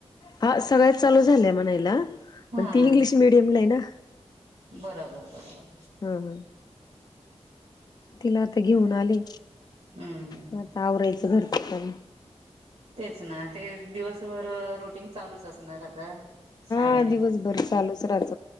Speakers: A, on the left; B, on the right.
A: हा सगळ्या चालू झालंय म्हणायला
B: हा
A: पण ती इंग्लिश मिीडियमला आहे ना.
B: बरोबर बरोबर-
A: हा हा तिला आता घेऊन आले
B: हम्म
A: म आता आवरायचं घरचं काम-
B: तेच ना तेच दिवसभर रुटीन चालूच असणार आता साठ-
A: हा दिवसभर चालूच रहाच